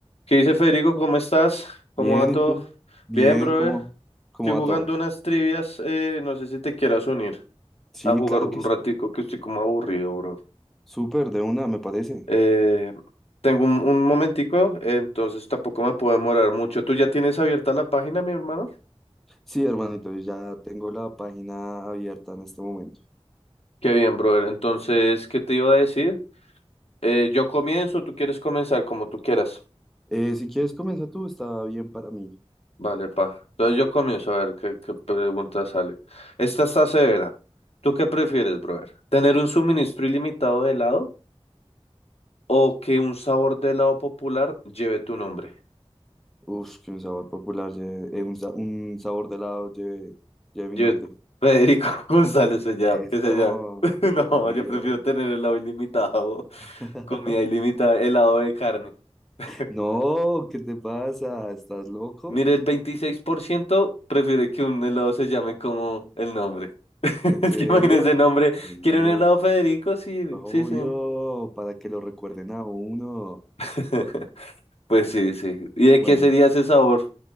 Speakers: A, on the left; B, in the centre.
A: ¿Qué dice Federico? ¿Cómo estás? ¿Cómo
B: Bien,
A: va todo?
B: ¿y tú? Bien,
A: Bien, brother.
B: ¿cómo, cómo
A: Estoy jugando
B: va todo?
A: unas trivias. eh, no sé si te quieras unir
B: Sí,
A: a jugar
B: claro
A: un
B: que sí.
A: ratico, que estoy como aburrido, bro.
B: Súper, de una, me parece.
A: Eh, tengo un, un momentico, entonces tampoco me puedo demorar mucho. ¿Tú ya tienes abierta la página, mi hermano?
B: Sí, hermanito, yo ya tengo la página abierta en este momento.
A: Qué bien, brother. Entonces, ¿qué te iba a decir? Eh, yo comienzo, tú quieres comenzar como tú quieras.
B: Eh, si quieres, comienza tú, está bien para mí.
A: Vale, pa. Entonces yo comienzo a ver qué, qué pregunta sale. Esta está severa. ¿Tú qué prefieres, brother? ¿Tener un suministro ilimitado de helado o que un sabor de helado popular lleve tu nombre?
B: Uf, que un sabor popular, lle- eh, un, sa- un sabor de helado lleve lleve
A: Yo,
B: mi nombre.
A: Federico <laughs> González se llama,
B: Eso,
A: que se llama. <laughs>
B: obvio.
A: No, yo prefiero tener helado ilimitado,
B: <laughs>
A: comida ilimitada, helado de carne. <laughs>
B: No, ¿qué te pasa? ¿Estás loco?
A: Mire, el 26% prefiere que un helado se llame como el nombre. <laughs>
B: ¿En
A: Es
B: serio?
A: que imagínese el nombre.
B: <laughs> Sí,
A: ¿Quiere un helado Federico? Sí,
B: obvio,
A: sí, sí.
B: para que lo recuerden a uno.
A: <laughs> Pues sí, sí. ¿Y de
B: Bueno.
A: qué sería ese sabor?